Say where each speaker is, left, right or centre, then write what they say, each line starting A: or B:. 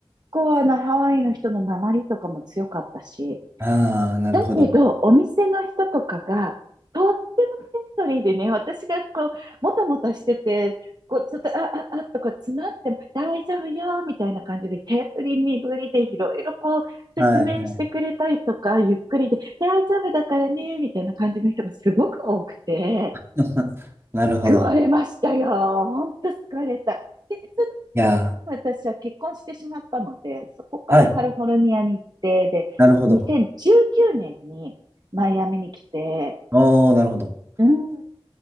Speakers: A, on the right (about 45°); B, on the right (about 25°).
A: 構あのハワイの人の訛りとかも強かったし、
B: ああ、なるほど。
A: だけど、お店の人とかが、とってもフレンドリーでね、私がこう、もたもたしてて、こう、ちょっと、あ、あ、あ、とか詰まっても、大丈夫よ、みたいな感じで、手振り身振りでいろいろこう、説明してくれたりとか、
B: はい。
A: ゆっくりで、大丈夫だからね、みたいな感じの人がすごく多くて、
B: <laughs> なるほど。
A: 救われましたよ。ほんと救われた。で、そ
B: いや
A: 私は結婚してしまったので、そこからカリフォルニアに行って、
B: ー、はい。
A: で、
B: なるほど。
A: 2019年にマイアミに来て、
B: おー、なるほど。
A: うん。